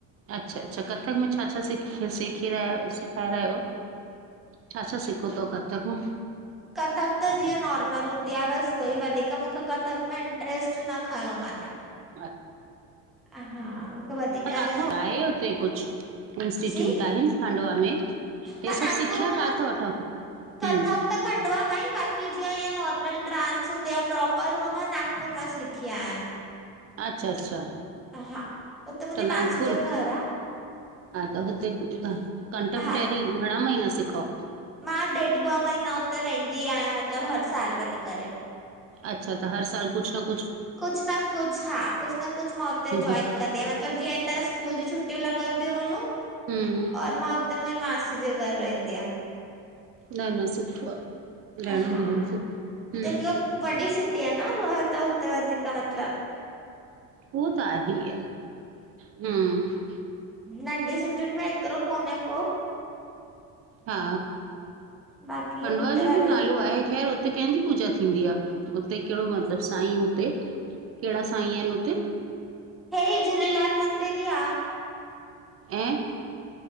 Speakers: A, on the right; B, in the centre.
A: अच्छा अच्छा, कथक में छा, छा सिखी रह सिखाए रहियायो? छा, छा सिखो तव कथक मे?
B: कथक त जीअं नॉर्मल हूंदी आ, बस उअई वधीक मूखे कथक में इंट्रस्ट न खंयो मानें।
A: अच्
B: अ हा वधीक
A: काथौं,
B: ईअं
A: आहे उते कुछ इन्स्टीट्यूट
B: जी
A: आहिन, खांडवा में? हे
B: मां नागपुर
A: सभ सिखया
B: मां
A: काथों वठो?
B: कथक
A: हूं
B: त खंडवा मां ईं, बाकी जीअं ईंअं नॉर्मल ड्रांस हूंदी आ प्रोपर, उहा मां नाग नागपुर मां सिखी आयां।
A: अछा, अच्छा
B: हा, उते मुंजी
A: त नागपुर
B: मासी जो घर आ।
A: हा, त हुते कंटक
B: हा
A: टैरी घणा महीना सिखौ?
B: मां ॾेढ़ ॿ महीना हुते रहिंदी आयां, मतलब हर साल वञी करे।
A: अच्छा, त हर साल कुछ न कुु
B: कुछ न कुछ हा, कुछ न कुछ मां हुते
A: हम्म
B: जोइन कंदीयां, मतलब जीअं इतां स्कूल जी छुटयूं लॻंदयूं हुयूं
A: हम्म
B: और मां हुते मुंजी मासी जे घर वेंदी हुयम।
A: न न सुठो आ,
B: हुयमि
A: रहणो
B: हा
A: बि हुजे, हूं।
B: जेकी वॾी सिटी आ न हूअ, त हुते वधीक मतलब
A: उहो त आहे ई आहे, हूं।
B: नंढ़ी सिटयुन में एतरो कोन्हें को।
A: हा,
B: बाक़ी
A: खंडवा
B: हुते
A: जो
B: वॾे
A: बि नालो आहे ख़ैर उते कंहिंजी पूजा थींदी आ, उते केड़ो मतलब साईं हुते, केड़ा साईं एन हुते?
B: हेई झूलेलाल मंदिर बि आ।
A: ऐं